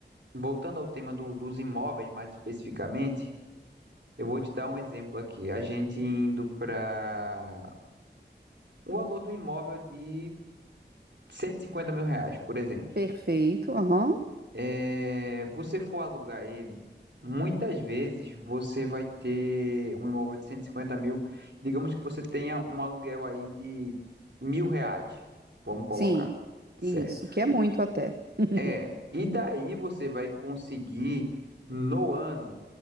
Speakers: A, on the right; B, on the right.
A: voltando ao tema do- dos imóveis mais especificamente, eu vou te dar um exemplo aqui. A gente indo para o valor do imóvel de 150 mil reais, por exemplo.
B: Perfeito, aham.
A: É, você for alugar ele, muitas vezes você vai ter um imóvel de 150 mil. Digamos que você tenha um aluguel aí de mil reais. Vamos colocar.
B: Sim,
A: Certo.
B: isso, que é muito até. <laughs>
A: É, e daí você vai conseguir no ano